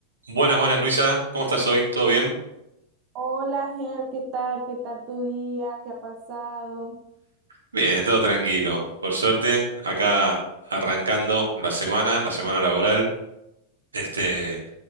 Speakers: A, on the right; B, on the right.
A: Buenas, buenas Luisa, ¿cómo estás hoy? ¿Todo bien?
B: Hola, Ger, ¿qué tal? ¿Qué tal tu día? ¿Qué ha pasado?
A: Bien, todo tranquilo, por suerte, acá arrancando la semana, la semana laboral. Este,